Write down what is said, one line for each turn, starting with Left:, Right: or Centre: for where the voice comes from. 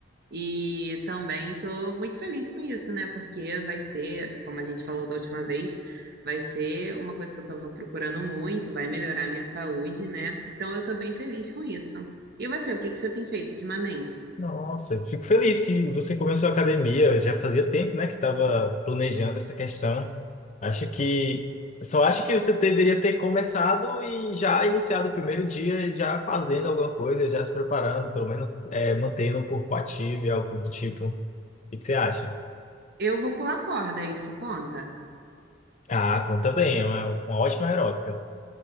Right: e também tô muito feliz com isso, né? Porque vai ser, como a gente falou da última vez, vai ser uma coisa que eu tava procurando muito, vai melhorar a minha saúde, né? Então eu tô bem feliz com isso. E você, o que que você tem feito ultimamente?
Left: Nossa, eu fico feliz que você começou a academia. Já fazia tempo, né, que estava planejando essa questão. Acho que só acho que você deveria ter começado e já iniciado o primeiro dia, já fazendo alguma coisa, já se preparando, pelo menos é, mantendo o corpo ativo e algo do tipo. O que que você acha?
Right: Eu vou pular corda, isso conta?
Left: Ah, conta bem, é uma, uma ótima aeróbica.